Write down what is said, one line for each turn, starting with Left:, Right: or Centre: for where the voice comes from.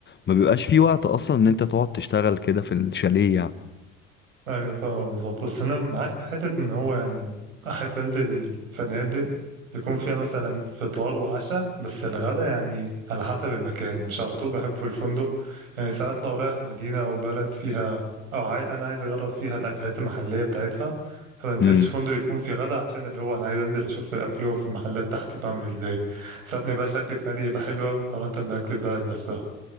Left: ما بيبقاش في وقت اصلا ان انت تقعد تشتغل كده في الشاليه يعني
Right: ايوه فاهمك بالظبط بس انا معاك في حته ان هو يعني احب انزل الفنادق يكون فيها مثلا فطار وعشاء بس الغدا يعني على حسب المكان مش على طول بحبه في الفندق يعني ساعات لو رايح مدينه او بلد فيها او عايز انا عايز اجرب فيها الاكلات المحليه بتاعتها فما انزلش
Left: امم
Right: فندق يكون فيه غدا علشان اللي هو انا عايز انزل اشوف الاكل في المحلات تحت بعمل ازاي ساعات ما يبقاش اكل فنادق يبقى حلو قوي مقارنه باكل البلد نفسها